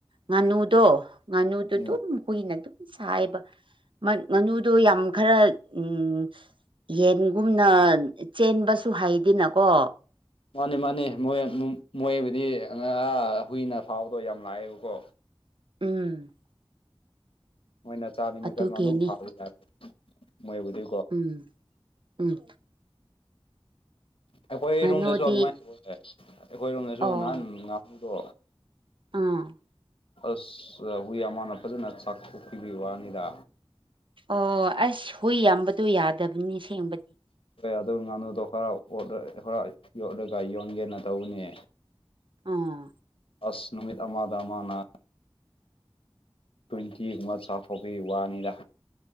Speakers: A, on the right; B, on the left.
A: ꯉꯥꯅꯨꯗꯣ ꯉꯥꯅꯨꯗꯨ
B: ꯎꯝ
A: ꯑꯗꯨꯝ ꯍꯨꯏꯅ ꯑꯗꯨꯝ ꯁꯥꯥꯏꯕ ꯉꯅꯨꯗꯣ ꯌꯥꯝ ꯈꯔ ꯎꯝ ꯌꯦꯟꯒꯨꯝꯅ ꯆꯦꯟꯕꯁꯨ ꯍꯩꯗꯅꯀꯣ
B: ꯃꯥꯅꯤ ꯃꯥꯅꯤ ꯃꯣꯏ ꯃꯣꯏꯕꯨꯗꯤ ꯍꯨꯏꯅ ꯐꯥꯎꯕꯗꯣ ꯌꯥꯝ ꯂꯥꯛꯑꯦꯕꯀꯣ
A: ꯎꯝ
B: ꯃꯣꯏꯅ ꯆꯥꯅꯤꯡꯕ
A: ꯑꯗꯨꯒꯤꯅꯤ
B: ꯀꯔꯝꯃꯥꯟꯗꯧ ꯐꯥꯦ ꯃꯣꯏꯕꯨꯗꯤ
A: ꯎꯝ ꯎꯝ
B: ꯑꯩꯈꯣꯏ
A: ꯉꯥꯅꯨꯗꯤ
B: ꯔꯨꯝꯗꯁꯨ ꯑꯗꯨꯃꯥꯏꯅ ꯇꯦ ꯑꯩꯈꯣꯏꯔꯣꯝꯗꯁꯨ
A: ꯑꯣ
B: ꯅꯍꯥꯟ ꯉꯥꯅꯨꯗꯣ
A: ꯑꯥ
B: ꯑꯁ ꯍꯨꯏ ꯑꯃꯅ ꯐꯖꯅ ꯆꯥꯛꯊꯣꯛꯄꯤꯕꯤ ꯋꯥꯅꯤꯗ
A: ꯑꯣ ꯑꯁ ꯍꯨꯏ ꯌꯥꯝꯕꯗꯣ ꯌꯥꯗꯕꯅꯤ ꯁꯦꯡꯕꯗꯤ
B: ꯍ ꯑꯗꯨ ꯉꯥꯅꯨꯗꯣ ꯈꯔ ꯈꯔ ꯌꯣꯠꯂꯒ ꯌꯣꯟꯒꯦꯅ ꯇꯧꯕꯅꯦ
A: ꯑꯥ
B: ꯑꯁ ꯅꯨꯃꯤꯠ ꯑꯃꯃꯥꯗ ꯑꯃꯅꯥ ꯇ꯭ꯋꯦꯟꯇꯤꯒꯨꯝꯕ ꯆꯥꯐꯥꯎꯒꯤ ꯋꯥꯅꯤꯔꯥ